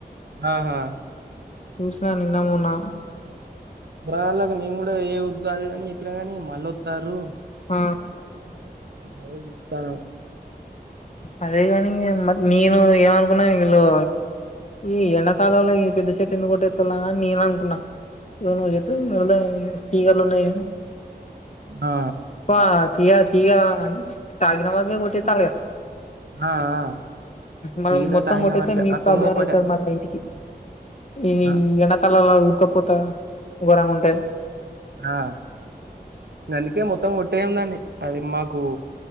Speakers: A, on the right (about 80°); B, on the left (about 45°).
A: ఆహా
B: చూసిన నిన్నమోన్న
A: పోరగాళ్ళకి నేను కూడా ఏ వద్దు అది అని చెప్పినా కాగానీ మళ్ళొతారు
B: ఆ
A: అదే చూత్తన్న
B: అదే గానిగా మార్ నేను ఏమనుకున్నా ఇళ్లు ఈ ఎండాకాలంల ఈ పెద్ద చెట్టు ఎందుక కొట్టేత్తాల అని నేను అనుకున్నా <unintelligible> తీటీగాలున్నా
A: ఆ
B: పా తీయ తీగా తగినవరకే కొట్టతాళ్ళు గాదా
A: ఆ ఆ
B: మనం
A: తాగిన
B: మొత్తం
A: తాగిన
B: కొట్టేతే
A: వరకే
B: మీ
A: ఆ
B: ప్రాబ్లం
A: కొమ్మ ఒక్కటే
B: అయితాది మళ్ళ ఇంటికి ఈ
A: ఆ
B: ఎండాకాలంల ఉడకపోత ఘోరంగా ఉంటాది
A: ఆ అందుకే మొత్తం కొట్టాయం దాన్ని అది మాకు